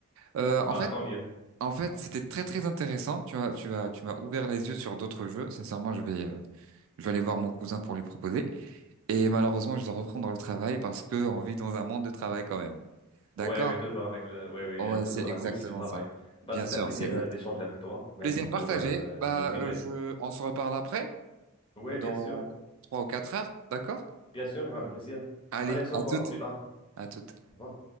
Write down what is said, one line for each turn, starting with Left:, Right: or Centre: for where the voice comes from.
Right: Euh,
Left: Bah,
Right: en fait,
Left: tant mieux.
Right: en fait, c'était très très intéressant. Tu as, tu as, tu m'as ouvert les yeux sur d'autres jeux. Sincèrement, je vais, euh, je vais aller voir mon cousin pour lui proposer. Et malheureusement, je dois reprendre le travail parce que on vit dans un monde de travail quand même. D'accord?
Left: Oui, oui, toujours avec le... Oui, oui,
Right: Ouais,
Left: il y a toujours
Right: c'est
Left: la
Right: exactement
Left: course du travail.
Right: ça.
Left: Bah,
Right: Bien
Left: c'était
Right: sûr,
Left: un plaisir
Right: c'est exact.
Left: euh, d'échanger avec toi. Merci
Right: Plaisir
Left: pour
Right: partagé.
Left: euh,
Right: Bah,
Left: le sujet.
Right: euh, je, on se reparle après,
Left: Oui, bien
Right: dans
Left: sûr.
Right: trois ou quatre heures, d'accord?
Left: Bien sûr, avec plaisir.
Right: Allez,
Left: Allez, on se
Right: à
Left: revoit.
Right: toutes,
Left: À plus tard.
Right: à toutes.
Left: Au revoir.